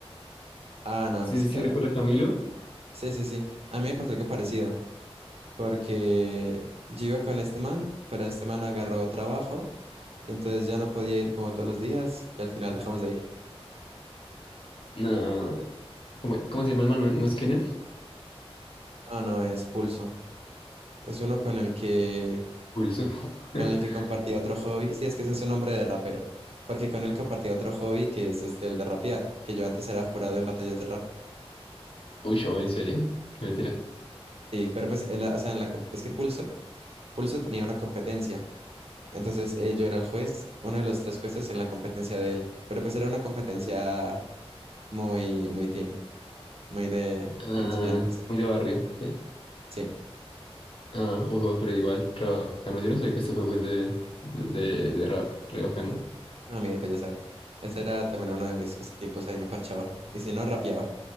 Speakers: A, on the right (about 70°); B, on the left (about 55°).
A: Ah, no,
B: ¿Sí,
A: pues sí,
B: sí,
A: claro.
B: sí recuerda a Camilo?
A: Sí, sí, sí. A mí me pasó algo parecido, porque yo iba con este man, pero este man agarró trabajo. Y entonces ya no podía ir como todos los días y al final dejamos de ir.
B: No, ¿cómo, cómo se llama el man? ¿No es Kenneth?
A: Ah, no, es Pulso. Es uno con el que,
B: Wilson. <laughs>
A: con el que compartía otro hobby. Sí, es que ese es su nombre de rapero. Porque con él compartía otro hobby que es este, el de rapear, que yo antes era jurado en batallas de rap.
B: Uy, yo, ¿en serio? Qué mentira.
A: Sí, pero pues, en la- o sea, en la, com- es que Pulso, Pulso tenía una competencia. Entonces eh, yo era el juez, uno de los tres jueces en la competencia de él. Pero pues era una competencia muy, muy teen, muy de
B: Ah,
A: principiantes.
B: muy de barrio. ¿sí?
A: Sí.
B: Ah, uff, pero igual, re bacano. Yo no sabía que este juego es de, de, de, de rap, re bacano.
A: Ah, Miguel, pues ya sabe. Ese era también uno de mis tiempos, ahí me parchaba. Y si no, rapeaba.